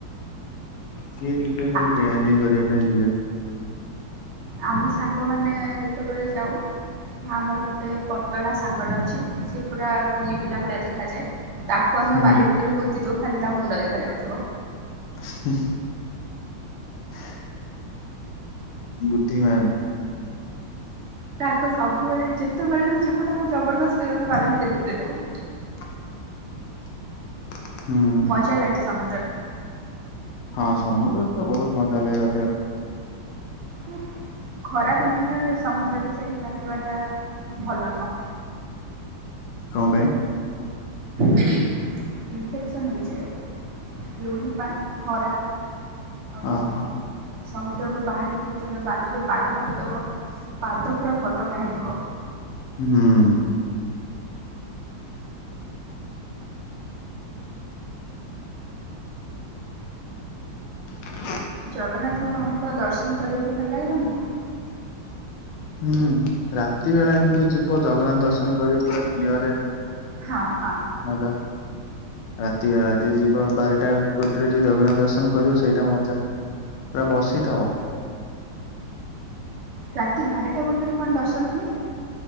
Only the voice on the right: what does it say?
ଆ
ଆମେ ସାଙ୍ଗମାନେ ଯେତେବେଳେ ଯାଉ ଆମର ଗୋଟେ ପତଳା ସାଙ୍ଗଟା ଅଛି ସେ ପୁରା କୁନି ପିଲା ଭଳିଆ ଦେଖାଯାଏ। ତାକୁ ଆମେ
ବାଲି ଭିତରେ ପୋତି ଦୋଉ ଖାଲି ତା ମୁଣ୍ଡ ଦେଖା ଯାଉଥିବ।
ତାକୁ ସବୁବେଳେ ଯେତେବେଳେ ବି ଯିବୁ ତାକୁ ଜବରଦସ୍ତି ତାକୁ ବାଲି ଭିତରେ ପୁରେଇ ଦବୁ।
ମଜା ଲାଗେ ସମୁଦ୍ରରେ।
ହୁଁ ଖରା ଦିନଟା ସମୁଦ୍ରରେ ଯାଇକି ଗାଧେଇବାଟା ଭଲ ନୁହଁ।
ଇନଫେକ୍ସନ ହେଇଯାଏ ଲୁଣି ପାଣି ଖରା। ଆଉ
ହୁଁ। ସମୁଦ୍ରରୁୁ ବାହାରିକି ଯେତେବେଳେ ବାଲିରେ ପାଦ ରଖିଦବ। ପାଦ ପୁରା ଫଟକା ହେଇଯିବ।
ଜଗନ୍ନାଥଙ୍କ ଦର୍ଶନ କରିବାକୁ ଭଲ ଲାଗେ ତମକୁ?
ହଁ ହଁ।
ରାତି ବାରଟା ଗୋଟେରେ କଣ ଦର୍ଶନ ହୁଏ।